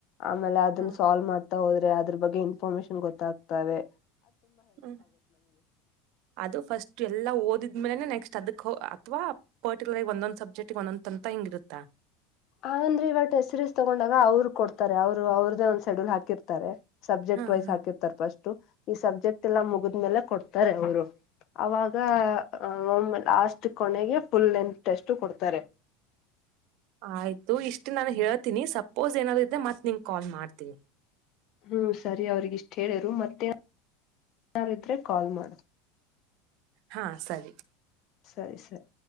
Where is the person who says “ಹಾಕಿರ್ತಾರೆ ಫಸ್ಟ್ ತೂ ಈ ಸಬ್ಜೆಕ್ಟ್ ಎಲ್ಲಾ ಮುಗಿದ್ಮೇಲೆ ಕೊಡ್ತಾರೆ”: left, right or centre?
Left